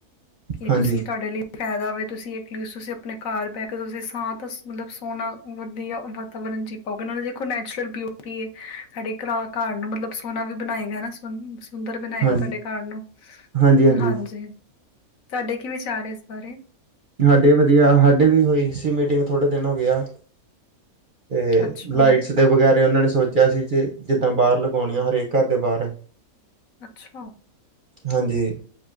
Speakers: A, on the left (about 65°); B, on the right (about 50°).
A: ਕੀ
B: ਹਾਂਜੀ,
A: ਤੁਸੀਂ ਤੁਹਾਡੇ ਲਈ ਪੈਦਾ ਹੋਵੇ ਤੁਸੀਂ ਐਟਲੀਸਟ ਤੁਸੀਂ ਆਪਣੇ ਘਰ ਬੈ ਕੇ ਤੁਸੀਂ ਸਾਅ ਤਾਂ ਮਤਲਬ ਸੋਣਾ ਵਧੀਆ ਵਾਤਾਵਰਨ ਜੀ ਦੇਖੋ ਨੈਚੁਰਲ ਬਿਊਟੀ ਏ ਸਾਡੇ ਘਰ ਨੂੰ ਮਤਲਬ ਸੋਨਾ ਵੀ ਬਣਾਏ ਗਾ ਨਾ ਸ ਸ ਦਰ ਬਣਾਏਗਾ
B: ਹਾਂਜੀ।
A: ਤੁਹਾਡੇ ਘਰ ਨੂੰ
B: ਹਾਂਜੀ-ਹਾਂਜੀ,
A: ਹਾਂਜੀ ਤੁਆਡੇ ਕੀ ਵਿਚਾਰ ਨੇ ਇਸ ਬਾਰੇ?
B: ਹਾਡੇ ਵਧੀਆ ਹਾਡੇ ਵੀ ਹੋਈ ਸੀ ਮੀਟਿੰਗ ਥੋੜੇ ਦਿਨ ਹੋ ਗੇਆ। ਤੇ
A: ਅੱਛਾ
B: ਲਾਈਟਸ ਦੇ ਵਗੈਰੇ ਓਨਾਂ ਨੇ ਸੋਚਿਆ ਸੀ ਚੀ ਜਿੱਦਾਂ ਬਾਰ ਲਗਾਉਣੀਆਂ ਹਰੇਕ ਘਰ ਦੇ ਬਾਰ
A: ਅੱਛਾ।
B: ਹਾਂਜੀ,